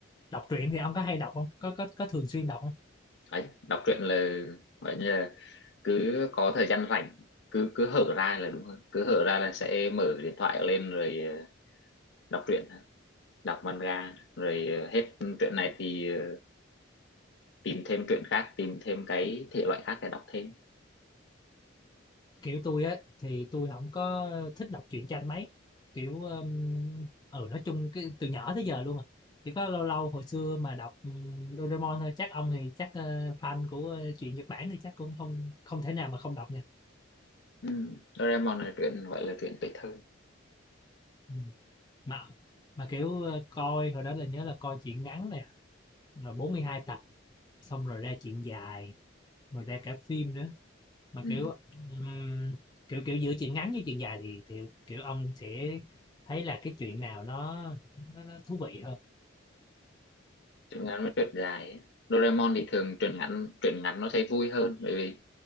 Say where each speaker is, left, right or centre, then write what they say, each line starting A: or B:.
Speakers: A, on the left; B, on the left.
A: đọc truyện thì ông có hay đọc không có có có thường xuyên đọc
B: đấy, đọc truyện là gọi như là cứ có thời gian rảnh cứ cứ hở ra là đúng hơn cứ hở ra là sẽ mở điện thoại lên rồi ờ, đọc truyện đọc manga rồi ờ, hết truyện này thì ờ, tìm thêm truyện khác tìm thêm cái thể loại khác để đọc thêm
A: Kiểu, tôi á, thì tôi không có thích đọc truyện tranh mấy, kiểu, ờm, ừ, nói chung cái từ nhỏ tới giờ luôn à, chỉ có lâu lâu hồi xưa mà đọc, ừm, Doraemon thôi, chắc ông thì chắc, ơ, fan của, ơ, truyện Nhật Bản thì chắc cũng không không thể nào mà không đọc nha.
B: ừ. Doraemon là truyện gọi là truyện tuổi thơ
A: Ừm, mà mà, kiểu, ơ, coi hồi đó là nhớ là coi truyện ngắn nè, rồi 42 tập, xong rồi ra truyện dài, rồi ra cả phim nữa. Mà,
B: ừ.
A: kiểu, ừm, kiểu, kiểu, giữa chuyện ngắn với chuyện dài thì thì, kiểu, ông sẽ thấy là cái chuyện nào nó nó nó thú vị hơn?
B: truyện ngắn với truyện dài ấy. Doraemon thì thường truyện ngắn truyện ngắn nó sẽ vui hơn bởi vì